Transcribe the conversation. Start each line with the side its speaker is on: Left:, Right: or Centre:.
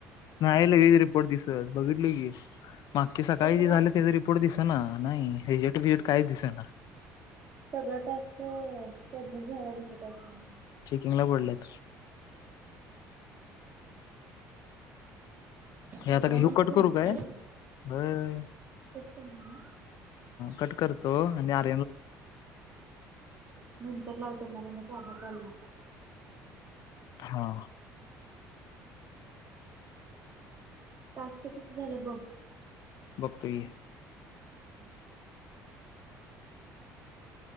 Left: नाही लगेच रिपोर्ट दिसत बघितलो की. मागचे सकाळी
Right: कसं
Left: जे
Right: काय
Left: झालं तेचा रिपोर्ट दिसना. नाही रिजेक्ट बीजेक्ट काहीच दिसना.
Right: सगळा टास्क सबमिट झाला दिसत असणार.
Left: तिंगला पडलं <unintelligible>
Right: सतरा
Left: आता
Right: मिनिट
Left: ह्यो कट
Right: झालं
Left: करू काय
Right: ते
Left: हम्म?
Right: कट करणार ना
Left: कट करतो आणि आत.
Right: नंतर लाव. त्याला मला साधा कॉल लाव.
Left: हा.
Right: हम्म <unintelligible> टास्कं किती झालं बघ?
Left: हुतय.
Right: हम्म <unintelligible>